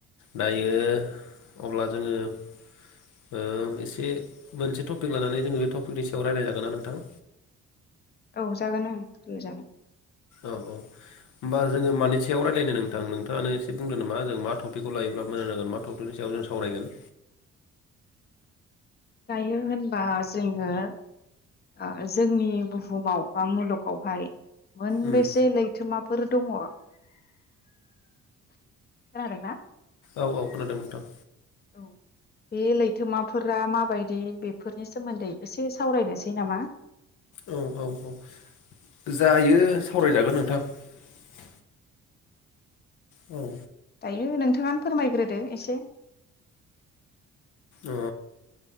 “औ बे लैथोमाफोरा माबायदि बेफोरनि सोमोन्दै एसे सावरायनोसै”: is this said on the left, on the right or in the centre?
Left